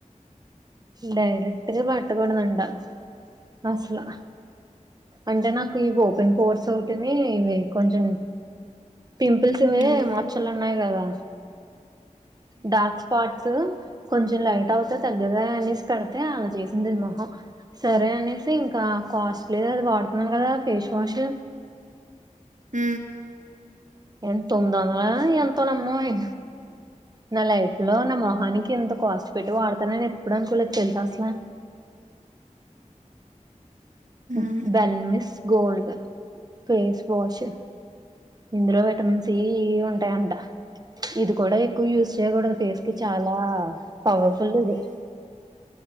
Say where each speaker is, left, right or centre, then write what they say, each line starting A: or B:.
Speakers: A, on the right; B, on the right.
A: డైరెక్ట్ గా పె ట్టకూడదంట అసలు అంటే నాకు ఇ ఓపెన్ పోర్స్ ఒకటిని ఇవి కొంచెం పింపుల్స్ ఇవి
B: హ్మ్
A: మచ్చలు ఉన్నాయి కదా డార్క్ స్పాట్స్ త కొంచెం లైట్ అవుతా తగ్గదా అనేసి పెడితే అలా చేసింది మొహం సరే అనేసి ఇంకా కాస్ట్లీ అది వాడుతున్నా కదా ఫేస్ వాష్
B: ఉ
A: ఎన్ తొమ్మిదివందల ఎంతో నమ్మోయి నా లైఫ్ లో నా మొహానికి ఎంత కాస్ట్ పెట్టి వాడతానని ఎప్పుడు అనుకోలేదు తెలుసా అసలా
B: హ్మ్
A: ఉ బాలమిస్ గోల్డ్ ఫేస్ వాష్ ఇందులో విటమిన్ సి ఉ ఉంటాయి అంట ఇది కూడా ఎక్కువ యూస్ చెయ్యకూడదు ఫేస్ కి చాలా పవర్ ఫుల్ ఇది